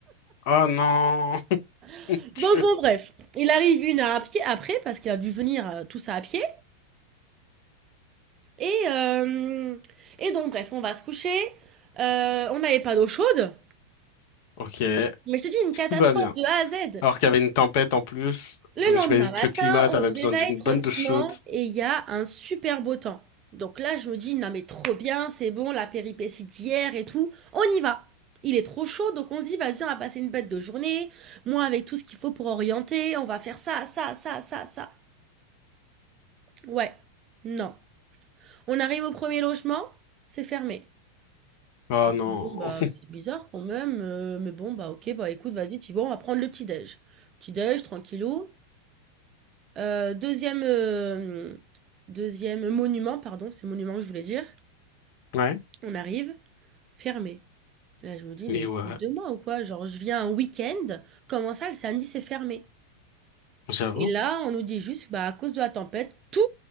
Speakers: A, on the left; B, on the right.
A: Oh non! <laughs>
B: <laughs> Donc bon, bref, il arrive une heure à pied après, parce qu'il a dû venir euh, tout ça à pied. Et, euh, et donc, bref, on va se coucher. Euh, on n'avait pas d'eau chaude.
A: Ok,
B: Mais je te dis, une catastrophe
A: tout va bien.
B: de A à Z.
A: Alors qu'il y avait une tempête en plus,
B: Le
A: donc j'imagine
B: lendemain matin,
A: que le climat,
B: on
A: t'avais
B: se
A: besoin
B: réveille
A: d'une
B: tranquillement
A: bonne douche chaude.
B: et il y a un super beau temps. Donc là, je me dis, non mais trop bien, c'est bon, la péripétie d'hier et tout, on y va. Il est trop chaud, donc on se dit, vas-y, on va passer une bête de journée. Moi, avec tout ce qu'il faut pour orienter, on va faire ça, ça, ça, ça, ça. Ouais, non. On arrive au premier logement, c'est fermé.
A: Oh
B: Je me
A: non!
B: dis, bon, bah, c'est bizarre quand même, euh, mais bon, bah, ok, bah, écoute, vas-y, tu bon, on va prendre le petit-déj. Petit-déj, tranquillou. Heu, deuxième e hem, monument, pardon, c'est monument que je voulais dire.
A: <laughs> Ouais.
B: On arrive, fermé. Là, je me dis:
A: Mais
B: «Mais ils
A: ouais,
B: se foutent de moi ou quoi? Genre, je viens un week-end, comment ça le samedi c'est fermé?»
A: j'avoue.
B: et là, on nous dit juste: «Bah, à cause de la tempête, tous